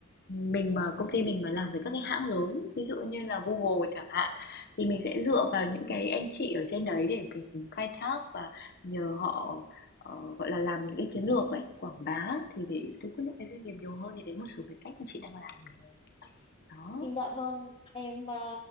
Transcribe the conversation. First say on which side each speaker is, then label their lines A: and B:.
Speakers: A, on the left (about 50°); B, on the left (about 30°).
A: mình mà công ty mình mà làm với các cái hãng lớn ví dụ như là Google chẳng hạn thì mình sẽ dựa vào
B: Vâng.
A: những cái anh chị ở trên đấy để mình khai thác và nhờ họ Ờ, gọi là, làm những cái chiến lược ấy, quảng bá thì để thu hút những cái doanh nghiệp nhiều hơn thì đấy một số cái cách mà chị đang làm này Đó,
B: Dạ vâng, em ờ,